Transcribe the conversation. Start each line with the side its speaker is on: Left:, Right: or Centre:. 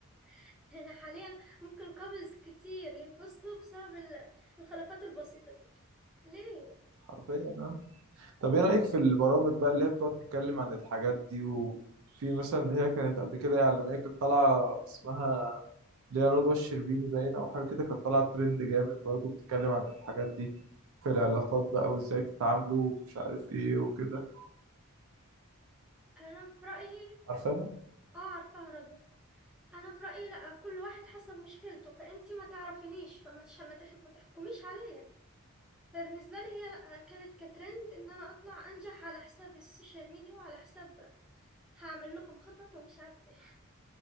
Centre: <laughs> يعني حاليا ممكن كابلز كتير ينفصلوا بسبب ال- الخلافات البسيطه دي ليه
Right: حرفيا اه طب ايه رايك في البرامج بقى اللي هي بتقعد تتكلم عن الحاجات دي وفي مثلا اللي هي كانت قبل كده يعني لما هي كانت طالعه اسمها اللي هي رضوى الشربيني باين او حاجه كده كانت طالعه ترند جامد برضه بتتكلم عن الحاجات دي في العلاقات بقى وازاي تتعاملوا ومش عارف ايه وكده
Centre: انا في رايي
Right: عارفه
Centre: اه عارفه هرده انا في رايي لا كل واحد حسب مشكلته فانتي ما تعرفينيش فما تش- ما تح- ما تحكميش عليا فبالنسبة لي هي لأ، كانت كترند ان انا اطلع انجح على حساب السوشيال ميديا وعلى حساب هعمل لكم خطط ومش عارف ايه <laughs>